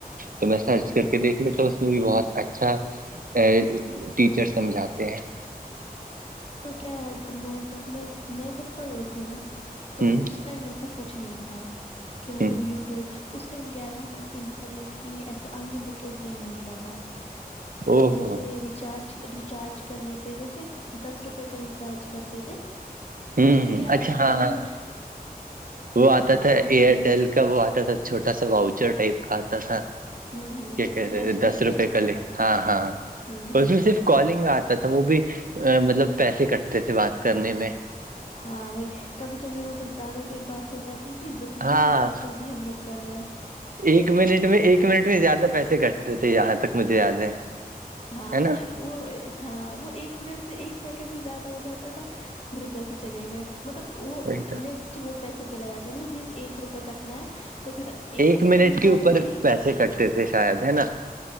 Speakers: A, on the right (about 60°); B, on the left (about 40°).
A: تو میں سرچ
B: ہوں
A: کر کے دیکھ لیتا ہوں اس میں بھی بہت اچھا ا ٹیچر سمجھاتے ہیں
B: تو کیا ہے جب میں جب میں میں جب پڑھ رہی تھی نا تو
A: ہوں
B: اس ٹائم ایسا کچھ نہیں تھا کہ مطلب
A: ہ
B: یوٹیوب اس ٹائم کیا ہے نا انٹرنیٹ بھی ایسے انلمیٹیڈ نہیں ملتا تھا
A: او
B: جیسے
A: ہو
B: ریچارج ریچارج کرنے پہ جیسے دس روپ رپ کا ریسارج کرتے تھے
A: ہوں
B: تو اس میں
A: ہ
B: کیا
A: اچھا ہاں
B: کالنگ
A: وہ آتا
B: ہاں
A: تھا
B: ویسی
A: ایئرٹیل کا وہ آتا تھا چھوٹا سا واؤچر ٹائپ کا آتا تھا
B: ہوں ہوں
A: کیا
B: اسکریچ
A: کہتے تھ دس
B: کر کے
A: روپئے کا لے ہاں ہاں
B: ہوں
A: اس
B: ہوں
A: میں صرف کالنگ آتا تھا وہ بھی مطلب پیسے کٹتے تھے بات کرنے میں
B: ہاں وہی کبھی کبھی مطلب زیادہ دیر بات ہو جاتی تھی جیس
A: ہاں
B: جس حساب سے ابھی ہم لوگ اترے
A: ایک منٹ میں ایک منٹ میں زیادہ پیسے کٹتے تھے یہاں تک مجھے یاد ہے
B: ہاں
A: ہے نا
B: وہ ہاں وہ ایک منٹ سے ایک سیکنڈ بھی زیادہ ہو جاتا تھا پورے پیسے چلے گئے مطلب وہ
A: وہی تو
B: نیکسٹ وہ پیسہ چلا جاتا ہے نا جیس ایک روپئے کٹنا ہے تو پھر
A: ایک
B: سیکنڈ
A: منٹ
B: بھی
A: کے
B: زیادہ
A: اوپر
B: کیے
A: پیسے کٹتے تھے شاید ہے نا